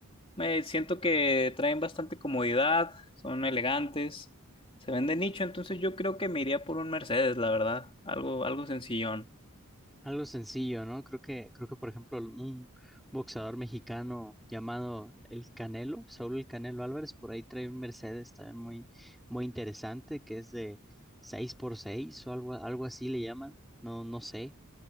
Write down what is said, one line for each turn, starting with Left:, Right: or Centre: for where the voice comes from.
Left: Me siento que traen bastante comodidad, son elegantes, se ven de nicho, entonces yo creo que me iría por un Mercedes, la verdad, algo, algo sencillón.
Centre: Algo sencillo, ¿no? Creo que, creo que, por ejemplo, un boxeador mexicano llamado El Canelo, Saúl El Canelo Álvarez, por ahí trae un Mercedes también muy, muy interesante, que es de seis por seis o algo, algo así le llaman, no, no sé,